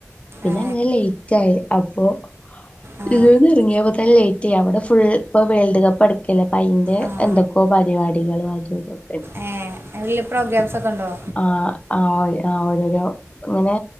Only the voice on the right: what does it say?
ഏ
ആ
ആ
ഏ എന്തെങ്കിലും പ്രോഗ്രാംസ് ഒക്കെ ഉണ്ടോ